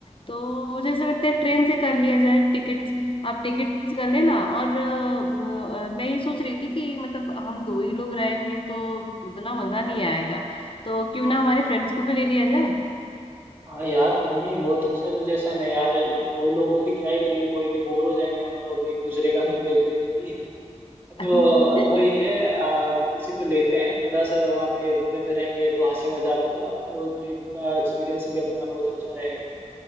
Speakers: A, on the left; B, on the right.
A: तो मुझे ऐसा लगता है ट्रेन से कर लिया जाए टिकट्स आप टिकट्स कर लेना और अ, म, अ, मैं ये सोच रही थी कि मतलब हम दो ही लोग रहेंगे तो उतना मजा नहीं आएगा तो क्यों ना हमारे फ्रेंड्स को भी ले लिया जाए
B: हाँ यार क्यों नहीं बहुत अच्छा सजेशन है यार दो लोगों की क्या ही ट्रिप होएगी बोर हो जाएंगे हम लोग एक दूसरे का मुंह देख देख के तो
A: <laughs>
B: वही है आ, किसी को लेते हैं थोड़ा सा वहाँ पे घूमे फिरेंगे तो हंसी मजाक होगा तो ट्रिप का एक्सपीरियंस भी अपना बहुत अच्छा रहेगा